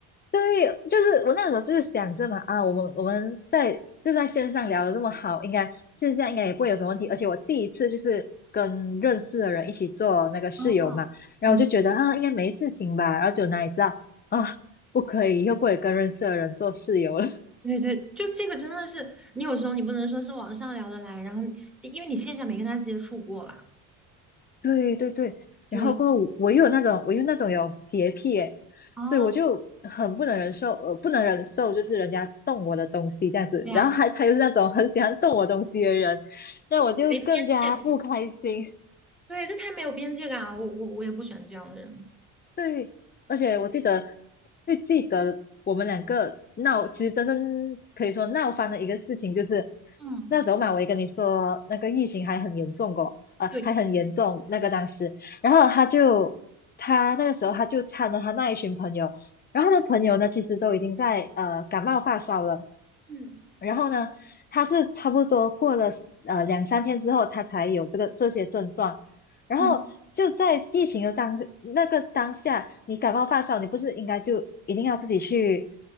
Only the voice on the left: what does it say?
对，就是我那时候就是想着嘛，啊，我们我们在就在线上聊的这么好，应该线下应该也不会有什么问题。而且我第一次就是跟认识的人一起做那个室友嘛，
然后我就觉得啊，
应该没事情吧。然后就哪里知道啊，不可以，以后不可以跟认识的人做室友了。
对对对，
然后过后我又有那种我又那种有洁癖耶所以我就很不能忍受，
呃，不能忍受就是人家动我的东西这样子，
然后还他又是那种很喜欢动我东西的人，那我就更加不开心。
对，而且我记得最记得我们两个闹，其实真正可以说闹翻的一个事情，就是
那时候嘛，我也跟你说那个疫情还很严重过，呃，
还很严重那个当时，然后他就他那个时候他就参了他那一群朋友，然后他的朋友呢，其实都已经在呃感冒发烧了，
然后呢，他是差不多过了呃两三天之后，他才有这个这些症状。然后就在疫情的当那个当下，
你感冒发烧，你不是应该就一定要自己去